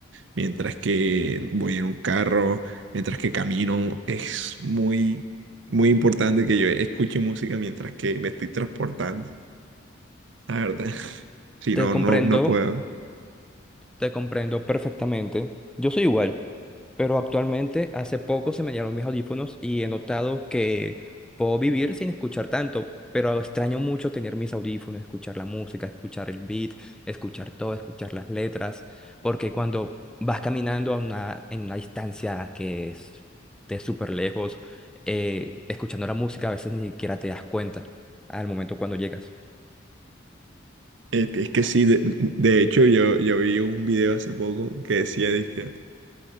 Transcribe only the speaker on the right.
mientras que voy en un carro, mientras que camino. Es muy, muy importante que yo escuche música mientras que me estoy transportando, la verdad. <laughs> Si
no,
no, no puedo.
Este, Es que sí, de, de hecho yo, yo vi un video hace poco que decía, que